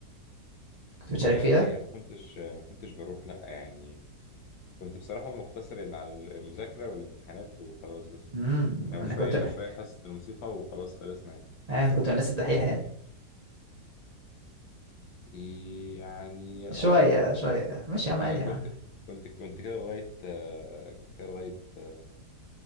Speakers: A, on the right (about 40°); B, on the left (about 80°).
A: كنت بتشارك
B: لا
A: فيها
B: الحقيقة ما كنتش ما كنتش بروح لا يعني كنت بصراحة مقتصر إن على المذاكرة والامتحانات وخلاص بس
A: امم
B: يعني
A: انا
B: وشوية
A: كنت آه،
B: شوية في حصة الموسيقى وخلاص خلصنا يعني
A: انا كنت من الناس الدحيحه يعني
B: إيه يعني
A: شويه
B: اه
A: شويه مش يا عم
B: انا
A: عادي
B: كنت
A: يعني
B: كنت كنت كده لغاية آه، كنت كده لغاية آه،